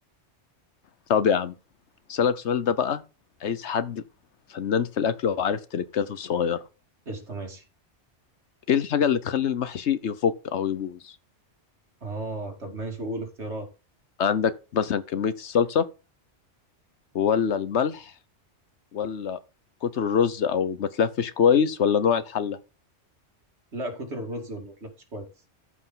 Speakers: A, on the left; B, on the right.
A: طب يا عم اسالك سؤال ده بقى عايز حد فنان في الاكل وعارف تريكاته الصغيره
B: قشطه ماشي
A: ايه الحاجه اللي تخلي المحشي يفك او يبوظ
B: اه طب ماشي وقول اختيارات
A: عندك مثلا كميه الصلصه ولا الملح ولا كتر الرز او ما تلفش كويس ولا نوع الحله
B: لا كتر الرز واللي ما تلفش كويس